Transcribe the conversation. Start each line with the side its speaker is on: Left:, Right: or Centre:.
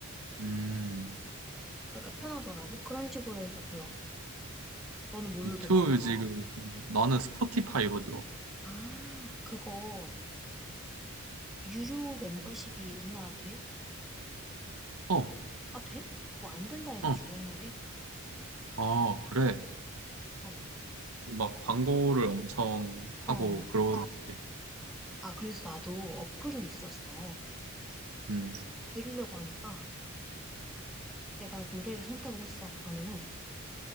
Right: 음.
Centre: 그러니까 편하더라고. 그런 식으로 해서 들어. 너는 뭘로
Right: 유튜브
Centre: 들어? 음악?
Right: 지 뮤직을, 쓰는- 나는 스포티파이로 들어.
Centre: 아, 그거 유료 멤버십이 우리나라 돼?
Right: 어,
Centre: 아, 돼? 뭐 안 된다 해가지고
Right: 어.
Centre: 옛날에.
Right: 아, 그래.
Centre: 어,
Right: 막 광고를 엄청 하고
Centre: 어.
Right: 어, 그러는데.
Centre: 아, 그래서 나도 어플은 있었어.
Right: 음.
Centre: 그거 들으려고 하니까 내가 노래를 선택을 했어. 그러면은